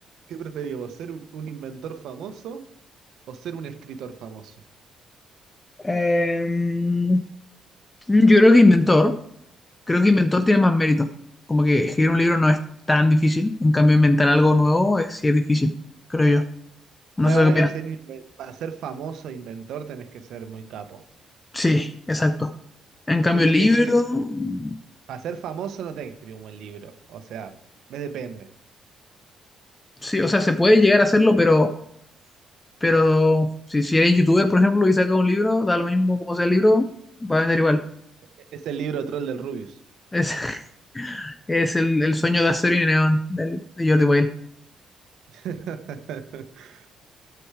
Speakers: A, on the right; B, on the left.
A: qué preferís vos, ser un un inventor famoso o ser un escritor famoso?
B: Eh, yo creo que inventor, creo que inventor tiene más mérito. Como que escribir un libro no es tan difícil. En cambio, inventar algo nuevo es, sí es difícil, creo yo. No
A: La
B: sé
A: verdad
B: qué opinas.
A: que ser inven- para ser famoso e inventor tenés que ser muy capo.
B: Sí, exacto. En cambio,
A: Siento
B: el libro,
A: que ser,
B: mm,
A: para ser famoso no tenés que escribir un buen libro, o sea, me depende.
B: sí, o sea, se puede llegar a hacerlo, pero, pero si, si eres youtuber, por ejemplo, y sacas un libro, da lo mismo como sea el libro, va a vender igual.
A: Este Es el libro troll del Rubius.
B: Es, <laughs> es el, el sueño de acero y neón del, de Jordi Boyle.
A: <laughs>